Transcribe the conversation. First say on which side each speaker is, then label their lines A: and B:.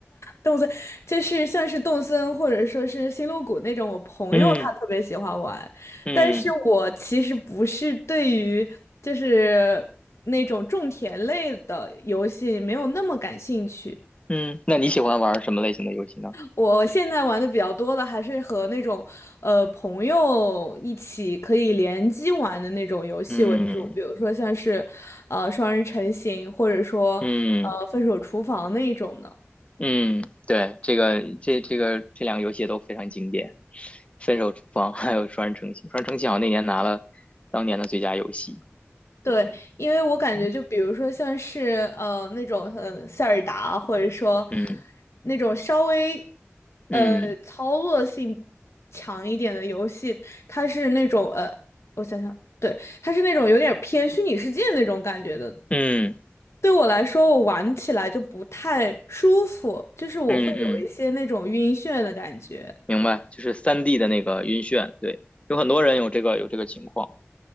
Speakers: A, on the left (about 70°); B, on the left (about 25°).
A: 动森就是像是动森或者说是星露谷那种，我朋友他特别喜欢玩，
B: 嗯嗯
A: 但是我其实不是对于就是那种种田类的游戏没有那么感兴趣。
B: 嗯，那你喜欢玩什么类型的游戏呢？
A: 我现在玩的比较多的还是和那种呃朋友一起可以联机玩的那种游戏为主，
B: 嗯。
A: 比如说像是呃双人成行，或者说呃分手厨房那一种的。
B: 嗯嗯，对，这个这这个这两个游戏也都非常经典，《分手厨房》<laughs> 还有《双人成行》，《双人成行》好像那年拿了当年的最佳游戏。
A: 对，
B: 对，
A: 因为我感觉，
B: 嗯
A: 就比如说像是呃那种呃塞尔达，或者说
B: 嗯
A: 那种稍微
B: 嗯
A: 呃操作性强一点的游戏，它是那种呃，我想想，对，它是那种有点偏虚拟世界那种感觉的。
B: 嗯
A: 对我来说，我玩起来就不太舒服，就是我会有一些那种晕眩的感觉。
B: 嗯嗯，明白，就是三 d 的那个晕眩，对，有很多人有这个有这个情况，